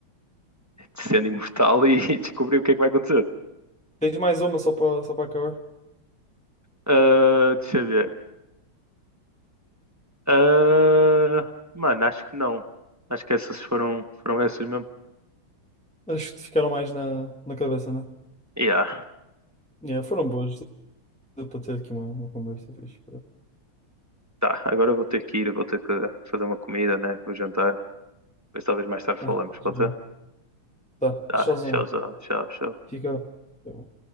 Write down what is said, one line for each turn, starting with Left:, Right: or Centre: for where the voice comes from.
Right: de sendo imortal e, <laughs> descobrir o que é que vai acontecer.
Centre: Tens mais uma só para só para acabar?
Right: Ah, deixa eu ver. Ah, mano, acho que não. Acho que essas foram, foram essas mesmo.
Centre: Acho que te ficaram mais na, na cabeça, né?
Right: Yeah.
Centre: Yeah, foram boas. Deu para ter aqui uma, uma conversa fixe.
Right: Tá, agora eu vou ter que ir, vou ter que fazer uma comida, né? Vou jantar. Depois talvez mais tarde falamos,
Centre: Ah, faz
Right: pode
Centre: bem.
Right: ser?
Centre: tá,
Right: Tá,
Centre: tchauzão,
Right: tchau,
Centre: mãe.
Right: tchau, tchau.
Centre: Fica bem.